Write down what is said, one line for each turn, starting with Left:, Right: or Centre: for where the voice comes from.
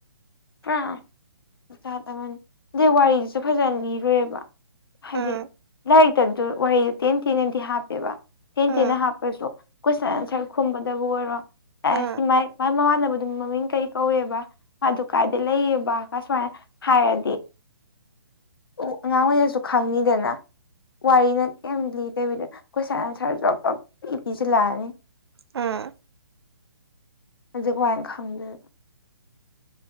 Left: ꯄꯨꯔꯥ ꯖꯥꯠ ꯑꯃꯅꯤ ꯑꯗꯩ ꯋꯥꯔꯤꯁꯤꯁꯨ ꯐꯖꯅ ꯂꯤꯔꯣꯏꯕ ꯍꯥꯏꯗꯤ
Right: ꯎꯝ
Left: ꯂꯥꯏꯔꯤꯛꯇꯗꯨ ꯋꯥꯍꯩꯗꯨ ꯇꯦꯟ ꯇꯦꯟꯅꯗꯤ ꯍꯥꯞꯄꯦꯕ ꯇꯦꯟ
Right: ꯎꯝ
Left: ꯇꯦꯟꯅ ꯍꯥꯞꯄꯁꯨ ꯀꯣꯏꯁꯟ ꯑꯟꯁꯔ ꯈꯨꯝꯕꯗꯕꯨ ꯑꯣꯏꯔꯣ
Right: ꯎꯝ
Left: ꯑ ꯁꯨꯃꯥꯏ ꯃꯥꯏ ꯃꯃꯥꯟꯕꯗꯨ ꯃꯃꯤꯡ ꯀꯔꯤ ꯀꯧꯋꯦꯕ ꯃꯥꯗꯨ ꯀꯥꯏꯗ ꯂꯩꯌꯦꯕ ꯀꯥ ꯁꯨꯃꯥꯏꯅ ꯍꯥꯏꯔꯗꯤ ꯑꯣ ꯑꯉꯥꯡ ꯑꯣꯏꯔꯁꯨ ꯈꯪꯅꯤꯗꯅ ꯋꯥꯔꯤꯅ ꯀꯩꯝ ꯂꯤꯗꯕꯤꯗ ꯀꯣꯏꯁꯟ ꯑꯟꯁꯔ ꯖꯣꯞ ꯖꯣꯞ ꯄꯤ ꯄꯤꯁꯤꯜꯂꯛꯑꯅꯤ
Right: ꯎꯝ
Left: ꯑꯗꯨ ꯀꯃꯥꯏꯅ ꯈꯪꯗꯣꯏꯕ